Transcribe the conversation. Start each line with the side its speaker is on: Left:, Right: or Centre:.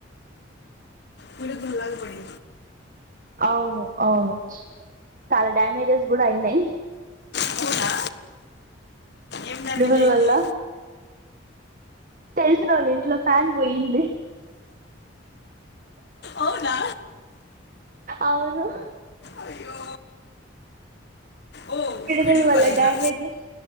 Left: పిడూగుల్లాగా పడింది
Right: అవును అవును చాలా డ్యామేజెస్ కూడా అయినయి
Left: అవునా ఏం డ్యామేజ్
Right: పిడుగులు
Left: అయింది
Right: వల్ల తెలుసు రోళ్ళు ఇంట్లో ఫ్యాన్ బోయింది
Left: అవునా
Right: అవును
Left: అయ్యో ఓ
Right: పిడుగులు
Left: పిడుగు
Right: వల్ల
Left: వల్లనా
Right: డామేజ్